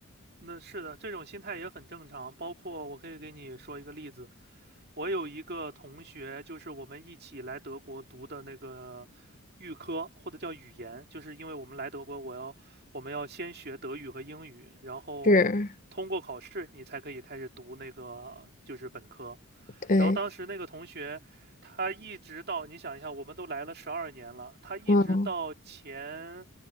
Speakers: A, on the right; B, on the left.
A: 那是的，这种心态也很正常。包括我可以给你说一个例子，我有一个同学，就是我们一起来德国读的那个预科，或者叫语言，就是因为我们来德国，我要我们要先学德语和英语，然后通过考试，
B: 是，
A: 你才可以开始读那个就是本科。
B: 对，
A: 然后当时那个同学，他一直到你想一下，我们都来了十二年了，他一直到前
B: 嗯，